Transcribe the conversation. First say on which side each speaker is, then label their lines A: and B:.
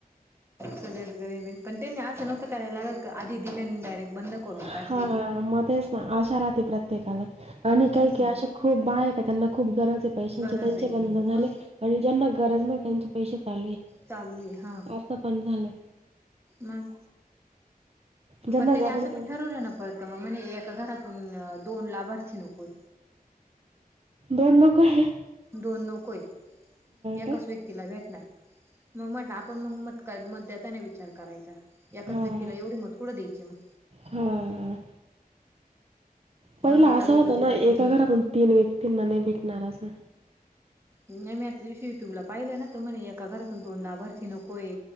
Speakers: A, on the right; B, on the right.
A: सगळेच गरीब आहे पण त्यांनी असं नव्हतं करायला लागत का आधी दिले आणि डायरेक्ट बंद करून
B: हा
A: टाकली.
B: ना म तेच ना आशा राहती प्रत्येकाला आणि काही
A: हम्म.
B: काही अशा खूप बाया आहे का त्यांना खूप गरज आहे पैशांची
A: गरज
B: त्यांचे
A: आहे
B: बंधन झाले.
A: मग
B: आणि ज्यांना गरज नाही त्यांचे पैसे चाले आहे
A: चालू हा
B: असं पण झालंय.
A: मग
B: ज्यांना
A: बर त्यानी
B: गरज
A: असं
B: आहे त्यांना
A: पण ठरवलं ना पळत म म्हणे एका घरातून दोन लाभार्थी नकोय.
B: दोड नकोय.
A: दोन नकोय एकाच
B: का?
A: व्यक्ती ती ला भेटणार मग म्हटलं आपण मग मत देताना विचार करायचा एकाच
B: हां,
A: व्यक्तीला एवढे मत कुढं द्यायचे मग
B: हां. पहिला
A: बरोबर
B: असं
A: चालू
B: होतं
A: करतील
B: ना
A: नंतर
B: एका घरातून तीन व्यक्तींना नाही भेटणार असं
A: नाही मी आता त्या दिवशी युट्यूबला पाहिले ना तर म्हणे एका घरातून दोन लाभार्थी नकोय